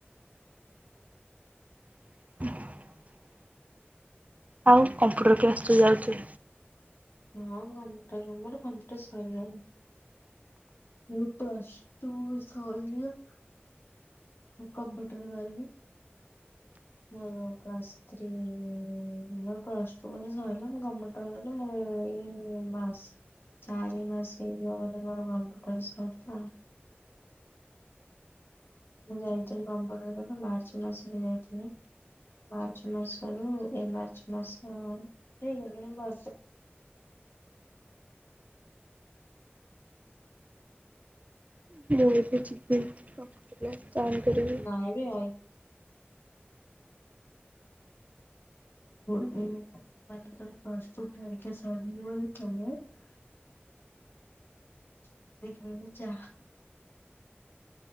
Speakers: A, on the right; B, on the left.
A: <inaudible> ଆଉ କମ୍ପ୍ୟୁଟର କ୍ଲାସ୍ ଯୋଉ ଯାଉଚୁ।
B: ହଁ କମ୍ପ୍ୟୁଟର ମୋର କମ୍ପ୍ୟୁଟର ସରିଲାଣି। ମୋର ପ୍ଲସ୍ ଟୁ ସଇଲା ମୁଁ କମ୍ପ୍ୟୁଟର ଗଲି। ମୋର ପ୍ଲସ୍ ଥ୍ରୀ ମୋର ପ୍ଲସ୍ ଟୁ <unintelligible> ସଇଲା ମୁଁ କମ୍ପ୍ୟୁ <unintelligible> ଏଇ ମାସ ଚାରି ମାସ ହେଇଗଲା ବୋଧେ ମୋର କମ୍ପ୍ୟୁଟର ସରିଲା। ମୁଁ ଯାଇଥିଲି କମ୍ପ୍ୟୁଟରକୁ ମାର୍ଚ୍ଚ ମାସରେ ଯାଇଥିଲି। ମାର୍ଚ୍ଚ ମାସରୁ ଏ ମାର୍ଚ୍ଚ ମାସ ହେଇଗଲାଣି <unintelligible>
A: ମୁଁ ଏବେ ଯିବି ରଖିଦିଅ। ଜଏନ୍ କରିବି।
B: ନାଇ ବେ <unintelligible> <unintelligible> ମାନେ ତୋର ପ୍ଲସଟୁ ପରୀକ୍ଷା ସରିଯିବଣି କେବେ? <unintelligible>